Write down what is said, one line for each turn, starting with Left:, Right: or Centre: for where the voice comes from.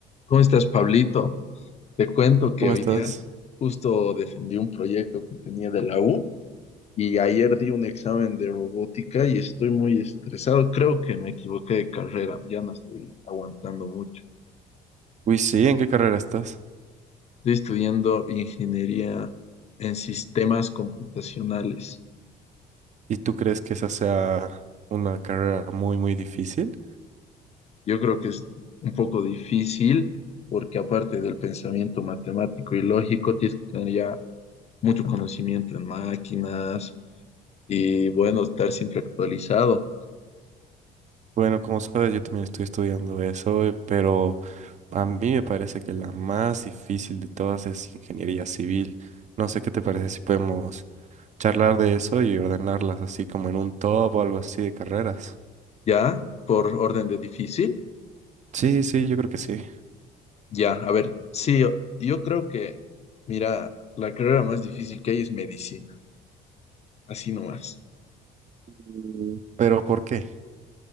Left: ¿Cómo estás, Pablito? Te cuento que
Right: ¿Cómo
Left: hoy
Right: estás?
Left: día justo defendí un proyecto que tenía de la U y ayer di un examen de robótica y estoy muy estresado. Creo que me equivoqué de carrera, ya no estoy aguantando mucho.
Right: Uy, sí, ¿en qué carrera estás?
Left: Estoy estudiando ingeniería en sistemas computacionales.
Right: ¿Y tú crees que esa sea una carrera muy, muy difícil?
Left: Yo creo que es un poco difícil porque aparte del pensamiento matemático y lógico, tienes que tener ya mucho conocimiento en máquinas y bueno, estar siempre actualizado.
Right: Bueno, como sabes, yo también estoy estudiando eso, eh, pero a mí me parece que la más difícil de todas es ingeniería civil. No sé qué te parece si podemos charlar de eso y ordenarlas así como en un top o algo así de carreras.
Left: ya, por orden de difícil,
Right: Sí, sí, yo creo que sí.
Left: ya, a ver, sí, yo, yo creo que, mira, la carrera más difícil que hay es medicina, así nomás,
Right: Mm, ¿Pero por qué?